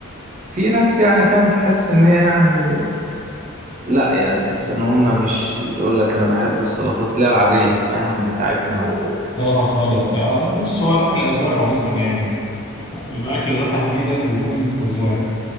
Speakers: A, on the right; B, on the left.
A: في ناس يعني فاهم تحس ان هي يعني لا يعني تحس ان هم مش يقول لك انا بحب السلطات لا العاديه فاهم بتاعتنا وبص
B: سلطه الخضراء بتاع آه، لا بص هو الاكل اذواق عموما يعني الاكل ده تحديدا بيكون اذواق